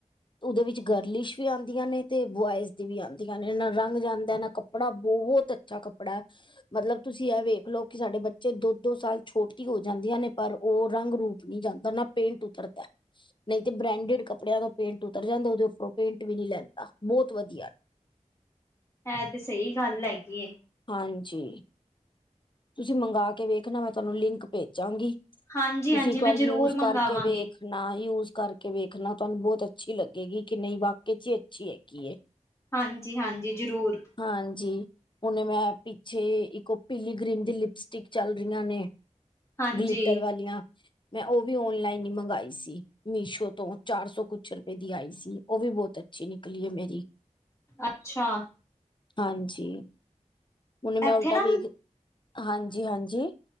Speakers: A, on the left (about 40°); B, on the left (about 20°).
A: ਓਦੇ ਵਿੱਚ ਗਰਲਿਸ਼ ਵੀ ਆਉਂਦੀਆਂ ਨੇ ਤੇ ਬੁਆਇਜ਼ ਦੀ ਵੀ ਆਉਂਦੀਆਂ ਨੇ ਨਾ ਰੰਗ ਜਾਂਦਾ ਨਾ ਕਪ ਕੱਪੜਾ, ਬਹੁਤ ਅੱਛਾ ਕੱਪੜਾ ਹੈ। ਮਤਲਬ ਤੁਸੀਂ ਇਹ ਵੇਖ ਲਓ ਕਿ ਸਾਡੇ ਬੱਚੇ ਦੋ-ਦੋ ਸਾਲ ਛੋਟੀ ਹੋ ਜਾਂਦੀਆਂ ਨੇ ਪਰ ਉਹ ਰੰਗ ਰੂਪ ਨ‌ਈ ਜਾਂਦਾ, ਨਾ ਪੇਂਟ ਉਤਰਦੇ। ਨ‌ਈ ਤੇ ਬ੍ਰੈਂਡਿਡ ਕੱਪੜਿਆਂ ਤੋਂ ਪੇਂਟ ਉਤਰ ਜਾਂਦਾ, ਓਦੇ ਉੱਪਰੋਂ ਪੇਂਟ ਵੀ ਨੀ ਲੈਂਦਾ, ਬਹੁਤ ਵਧੀਆ
B: ਹੈ ਤੇ ਸ‌ਈ ਗੱਲ ਹੈਗੀ ਏ।
A: ਹਾਂਜੀ। ਤੁਸੀਂ ਮੰਗਵਾ ਕੇ ਵੇਖ ਨਾ ਮੈਂ ਤੁਹਾਨੂੰ ਲਿੰਕ ਭੇਜਾਂਗੀ।
B: ਹਾਂਜੀ-ਹਾਂਜੀ
A: ਤੁਸੀਂ ਇੱਕ
B: ਮੈਂ
A: ਵਾਰ ਯੂਜ
B: ਜ਼ਰੂਰ
A: ਕਰਕੇ
B: ਮੰਗਾਵਾਂਗੀ।
A: ਵੇਖ ਨਾ ਯੂਜ ਕਰਕੇ ਵੇਖਣਾ। ਤੁਹਾਨੂੰ ਬਹੁਤ ਅੱਛੀ ਲੱਗੇਗੀ ਕਿ ਨਹੀਂ ਵਕਈ ਚ ਹੀ ਅੱਛੀ ਹੈਗੀ ਹੈ।
B: ਹਾਂਜੀ, ਹਾਂਜੀ। ਜਰੂਰ
A: ਹਾਂਜੀ, ਹੁਨੇ ਮੈਂ ਪਿੱਛੇ ਇੱਕ ਪੀਲੀ ਗ੍ਰੀਮ ਦੀ ਲਿਪਸਟਿਕ ਚੱਲ ਰਹੀਆਂ ਨੇ
B: ਹਾਂਜੀ
A: ਗਲੀਟਰ ਵਾਲੀਆਂ ਮੈਂ ਓ ਵੀ ਓਨਲਾਈਨ ਹੀ ਮੰਗਈ ਸੀ। ਮੀਸ਼ੋ ਤੋਂ ਚਾਰ ਸੌ ਕੁਛ ਰੁਪਏ ਦੀ ਆਈ ਸੀ। ਉਹ ਵੀ ਬਹੁਤ ਅਛੀ ਨਿਕਲੀਏ। ਮੇਰੀ
B: ਅੱਛਾ
A: ਹਾਂਜੀ। ਉਹਨੇ ਮੈਂ
B: ਇੱਥੇ
A: ਉਲਟਾ
B: ਨਾ
A: ਵੇਖ ਹਾਂਜੀ, ਹਾਂਜੀ।